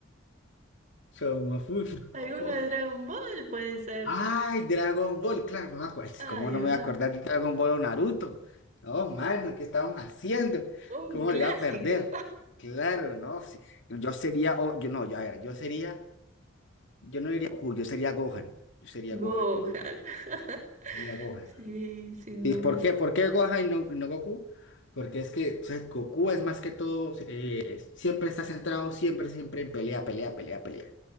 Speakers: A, on the left; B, on the right.
A: Saumafu, <laughs>
B: ¿Alguno
A: no.
B: de Dragon Ball puede ser?
A: Ay, Dragon Ball, claro, no me acuerdo.
B: Ahí
A: ¿Cómo no me
B: va,
A: voy a acordar de Dragon Ball o Naruto? No, mano, ¿qué estamos haciendo?
B: un
A: ¿Cómo
B: clásico.
A: le iba a perder? Claro, no. sí. Yo sería, o- yo no, yo, a ver, yo sería, yo no diría Goku, yo sería Gohan. Yo sería
B: Gohan.
A: Gohan.
B: <laughs>
A: Sería Gohan.
B: Sí, sin
A: ¿Y
B: duda.
A: por qué? ¿Por qué Gohan y no, y no Goku? Porque es que o sea, Goku es más que todo, eh, siempre está centrado, siempre, siempre en pelea, pelea, pelea, pelea.